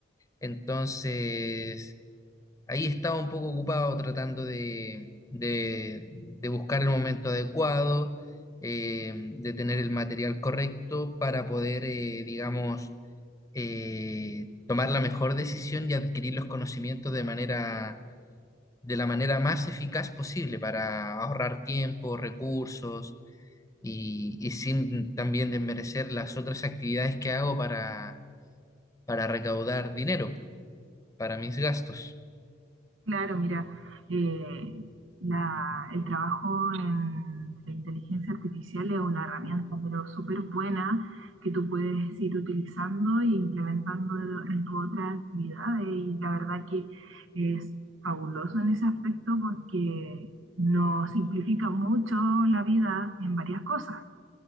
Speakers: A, on the left; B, on the right.
A: Entonces ahí estaba un poco ocupado tratando de, de- de buscar el momento adecuado, eh, de tener el material correcto para poder, eh, digamos, eh, tomar la mejor decisión y adquirir los conocimientos de manera, de la manera más eficaz posible para ahorrar tiempo, recursos y, y sin también desmerecer las otras actividades que hago para, para recaudar dinero para mis gastos.
B: Claro, mira, eh, la- el trabajo en la inteligencia artificial es una herramienta, pero súper buena que tú puedes ir utilizando e implementando en tu otra actividad. eh, Y la verdad que es fabuloso en ese aspecto porque nos simplifica mucho la vida en varias cosas.